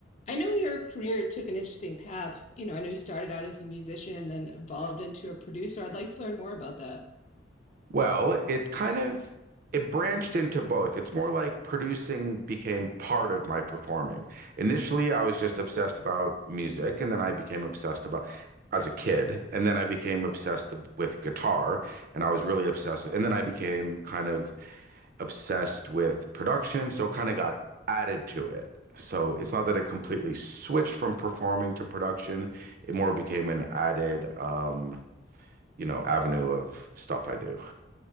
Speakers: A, on the left; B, on the right.
A: I know your career took an interesting path. You know, I know you started out as a musician and then evolved into a producer. I'd like to learn more about that.
B: Well, it kind of it branched into both. It's more like producing became part of my performing. Initially, I was just obsessed about music, and then I became obsessed about as a kid, and then I became obsessed with guitar, and I was really obsessed with, and then I became kind of obsessed with production, so it kind of got added to it. So it's not that it completely switched from performing to production. It more became an added, um, you know, avenue of stuff I do.